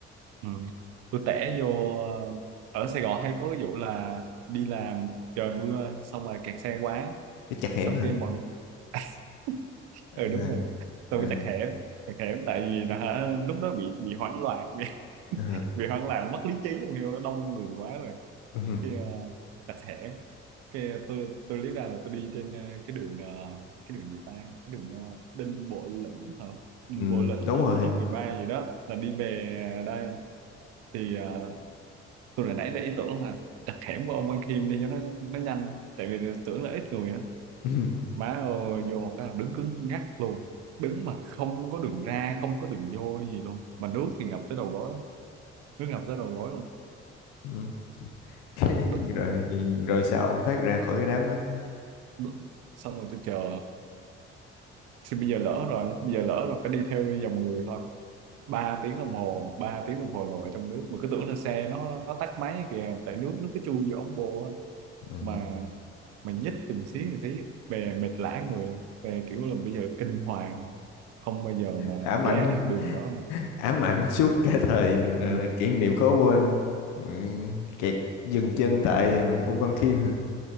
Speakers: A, on the right; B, on the left.
A: ừ. tôi tẻ vô ờ, ở Sài Gòn hay có cái vụ là đi làm trời mưa xong rồi kẹt xe quá
B: cái chặt hẻm
A: xong
B: hả
A: cái mọi <laughs>
B: à,
A: ừ đúng rồi đó. tôi
B: à,
A: mới chặt hẻm chặt hẻm tại vì là hả, lúc đó bị bị hoảng loạn <laughs> bị,
B: à.
A: bị hoảng loạn mất lý trí không hiểu đông người quá rồi
B: <laughs>
A: cái uh, chặt hẻm cái tôi tôi lý ra là tôi đi trên ờ, cái đường ờ, cái đường gì ta cái đường ờ, Đinh Bộ Lĩnh hả Ừ,
B: Ừ. Ừ.
A: Bộ Lĩnh
B: đúng
A: hay
B: rồi
A: là quốc lộ 13 gì đó là đi về ờ, đây thì ờ, tôi là nãy đã ý tưởng là chặt hẻm của ông Văn Khiêm đi cho nó nó nhanh tại vì tưởng là ít người á
B: <laughs> Ừ.
A: má ơi vô phải là đứng cứng ngắc luôn đứng mà không có đường ra không có đường vô gì luôn mà nước thì ngập tới đầu gối nước ngập tới đầu gối luôn
B: Ừ. Cái-
A: Đất-
B: rồi rồi sao ông thoát ra khỏi cái đám đó
A: đất. xong rồi tôi chờ thì bây giờ lỡ rồi bây giờ lỡ rồi phải đi theo dòng người thôi ba tiếng đồng hồ 3 tiếng đồng hồ lội trong nước mà cứ tưởng là xe nó nó tắt máy kìa tại nước nó cứ chui vô ống bô á
B: Ừ.
A: mà mà nhích từng xí từng xí về mệt lả người luôn. về kiểu là bây giờ kinh hoàng không bao giờ mà
B: đã mạnh
A: ghé lại cái đường đó nữa
B: ám ảnh suốt cả thời là,
A: ừ.
B: là kỷ niệm khó quên Mẹ, kẹt dừng chân tại mẹ, Ung Văn Khiêm hả